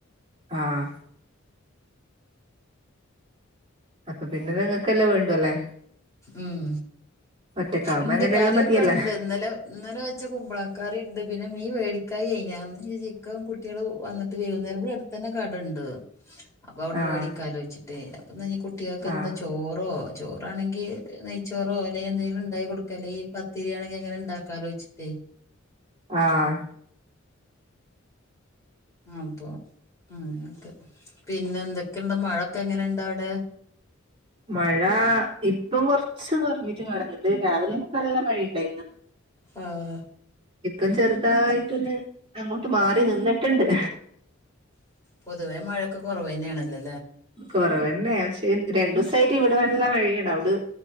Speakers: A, on the right (about 25°); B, on the left (about 15°).
A: ആഹ് അപ്പൊ പിന്നെ നിങ്ങൾക്കല്ലേ വേണ്ടു അല്ലേ
B: ഉം
A: ഒറ്റക്കാവുമ്പോ
B: ഇണ്ട്
A: അങ്ങനെയെല്ലാം
B: കറി
A: മതിയല്ലേ
B: ഒക്കെണ്ട് ഇന്നലെ ഇന്നലെ വെച്ച കുമ്പളക്കറിണ്ട് പിന്നെ മീ വേടിക്കായിയേ കഴിഞ്ഞാ ചിക്കൻ കുട്ടികൾ വന്നിട്ട് വകുന്നേരം ഇവടെ അട് തന്നെ കടണ്ട് അപ്പൊ അവിട്ന്ന്
A: ആഹ്
B: മേടിക്കാലോചിച്ചിട്ട്പ്പന്ന്ഞ്ഞാൽ കുട്ടികൾക്ക്
A: ആഹ്
B: എന്താ ചോറോ ചോറാണെങ്കി ങ്കി നെയ്ച്ചോറോ അല്ലെ എന്തേലും ഉണ്ടായി കൊടുക്ക അല്ലേ ഈ പത്തിരിയാണെങ്കിൽ അങ്ങനെ ഉണ്ടാക്കാലോചിച്ചിട്ടേ
A: ആഹ്
B: അപ്പൊ അങ്ങനൊക്കെ പിന്നെ എന്തൊക്കെയുണ്ട് മഴൊക്കെ എങ്ങനെണ്ട് അവിടെ
A: മഴ ഇപ്പം കൊറച്ച് കൊറഞ്ഞിട്ട് കാണുന്നുണ്ട് രാവിലെ നല്ല മഴയുണ്ടായിരുന്നു
B: ആഹ്
A: ഇപ്പം ചെറുതായിട്ടൊന്ന് അങ്ങോട്ട് മാറി നിന്നിട്ടുണ്ട്
B: പൊതുവേ മഴൊക്കെ കൊറവന്നെയാണല്ലോ
A: കൊറവന്നെ പക്ഷേ രണ്ട് ദിവസായിട്ട് ഇവിടെ വല്ലാം മഴയാണ് അവിട്